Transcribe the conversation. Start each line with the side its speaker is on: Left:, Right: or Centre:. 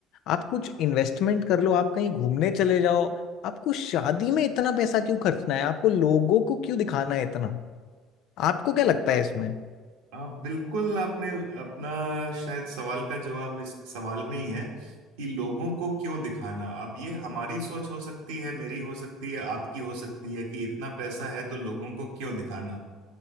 Left: आप कुछ इन्वेस्टमेंट कर लो आप कहीं घूमने चले जाओ आपको शादी में इतना पैसा क्यों खर्चना है आपको लोगों को क्यों दिखाना है इतना आपको क्या लगता है इसमें
Right: आप बिल्कुल आपने अपना शायद सवाल का जवाब इस सवाल में ही है कि लोगों को क्यों दिखाना अब ये हमारी सोच हो सकती है मेरी हो सकती है आपकी हो सकती है कि इतना पैसा है तो लोगों को क्यों दिखाना